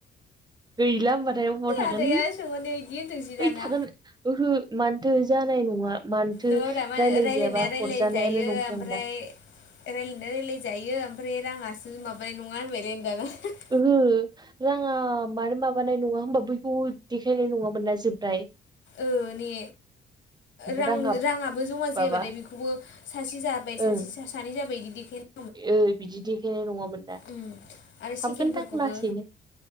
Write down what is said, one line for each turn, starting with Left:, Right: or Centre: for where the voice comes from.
Right: गैला होमबाथाय अबाव थागोन।
Left: आदाया सोंहरनायाव इदि होनदोंसै दाना
Right: ओइ थागोन। ओहो मानोथो जानाय नङा? मानोथो
Left: नङाब्रा मा
Right: रायलायजायाबा
Left: होनो रायलायनाया रायलाय
Right: हरजानायानो
Left: जायो
Right: नंखायामोनदां
Left: ओमफ्राय रायलायना रायलायजायो ओमफ्राय राङासो माबानाय नङा होनबायलायनो दाना।
Right: ओहो। राङा मानो माबानाय नङा होमबा बैखौ देखायनाय नङामोन ना जोबनाय।
Left: ओ ने रां
Right: राङा
Left: राङाबो जमा जायाबाथाय
Right: माबा
Left: बेखौबो सासे जाबाय सासे
Right: ओं
Left: सासे सानै जाबायदि देखायनो
Right: ओ बिदि देखाय नङामोन दा
Left: उम आरो सेकेन्डफोरखौबो
Right: हाबगोनदां लासैनो